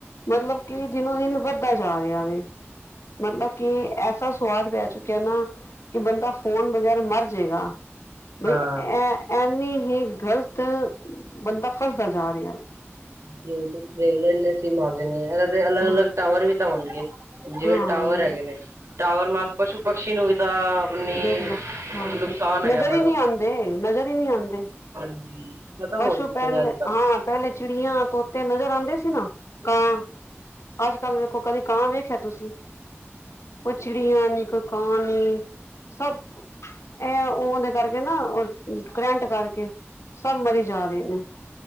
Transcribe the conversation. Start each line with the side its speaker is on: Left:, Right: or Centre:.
Left: ਮਤਲਬ ਕਿ ਦਿਨੋ ਦਿਨ ਵੱਧਦਾ ਜਾ ਰਿਹਾ ਵ ਮਤਲਬ ਕਿ। ਐਸਾ ਸੁਵਾਦ ਪੈ ਚੁੱਕਿਆ ਨਾ ਕਿ ਬੰਦਾ ਫ਼ੋਨ ਬਗੈਰ ਮਰ ਜੇਗਾ। ਬਈ
Right: ਹਾਂ।
Left: ਇਹ ਇੰਨੀ ਹੀ ਗ਼ਲਤ ਬੰਦਾ ਫਸਦਾ ਜਾ ਰਿਹਾ।
Right: ਜ ਹੁਣ ਤੁਸੀਂ ਦੇਖਲਓ ਇੰਨੇ ਸਿੰਮ ਆ ਗਏ ਨੇ ਇਹਨਾਂ ਦੇ ਅਲੱਗ
Left: ਹਾਂ
Right: ਅਲੱਗ ਟਾਵਰ ਵੀ ਤਾਂ ਹੋਣਗੇ। ਜਿਵੇਂ
Left: ਹਾਂ
Right: ਟਾਵਰ ਹੈਗੇ ਨੇ ਟਾਵਰ ਨਾਲ ਪਸ਼ੂ ਪਕਸ਼ੀ ਨੂੰ ਵੀ ਤਾਂ। ਆਪਣੀ
Left: ਦੇਖ ਲਓ ਹਾਂਜੀ
Right: ਨੁਕਸਾਨ ਹੈਗਾ
Left: ਨਜ਼ਰ
Right: ਬੜਾ
Left: ਹੀ ਨਹੀਂ ਆਉਂਦੇ ਨਜ਼ਰ ਹੀ ਨਹੀਂ ਆਉਂਦੇ।
Right: ਹਾਂਜੀ ਖਤਮ
Left: ਪਸ਼ੂ
Right: ਹੋ ਚੁੱਕੇ
Left: ਪਹਿਲੇ
Right: ਨੇ ਅੱਜ-ਕੱਲ੍ਹ
Left: ਹਾਂ ਪਹਿਲੇ ਚਿੜੀਆਂ ਤੋਤੇ ਨਜ਼ਰ ਆਉਂਦੇ ਸੀ ਨਾ ਕਾਂ। ਅੱਜ ਕੱਲ ਵੇਖੋ ਕਦੀ ਕਾਂ ਵੇਖਿਆ ਤੁਸੀਂ। ਕੋਈ ਚਿੜੀਆਂ ਨੀ ਕੋਈ ਕਾਂ ਨੀ। ਸਭ ਇਹ ਓ ਦੇ ਕਰਕੇ ਨਾ ਓ ਕਰੰਟ ਕਰਕੇ ਸਭ ਮਰੀ ਜਾ ਰਹੇ ਨੇ।